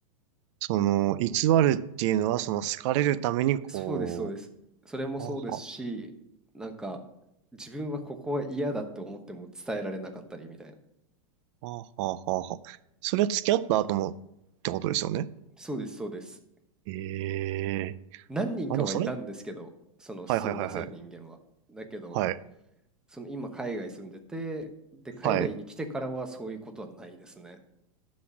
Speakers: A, on the right (about 60°); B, in the centre.
A: その、偽るっていうのはその好かれるためにこ
B: そうです、そうです。それもそうですし、
A: う、はあは
B: なんか自分はここは嫌だって思っても伝えられなかったりみたいな。
A: あ、はあはあはあはあ。それは付き合った後もってことですよね。
B: そうです、そうです。
A: ええ
B: 何人かはいたんですけど、
A: あ、でもそれ
B: その素を出せる人間は。
A: はいはいはいはい。
B: だけど、
A: はい。
B: その今海外住んでて、で、海外に来てからはそういうことはないですね。
A: はい。